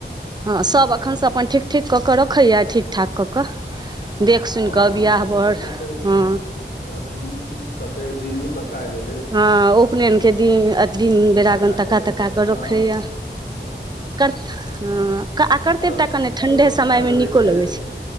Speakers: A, on the right (about 25°); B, on the left (about 65°).
A: हँ सभ
B: आब
A: एखन
B: फेर
A: से अपन ठीक ठीक कऽ कऽ रखैए ठीक ठाक कऽ कऽ देख सुनि
B: हँ
A: कऽ बियाह
B: से
A: बर
B: तऽ कते
A: हँ
B: अखन कते दिनो तक आ गेले
A: हं उपनायनके दिन अथी
B: बियाह
A: बेरागन तका
B: के
A: तका क
B: हँ
A: रखैया
B: सब
A: हँ आ करतै
B: हर सभ
A: टा कनि ठण्ढे समयमे
B: साल रहिते
A: नीको लगै
B: छै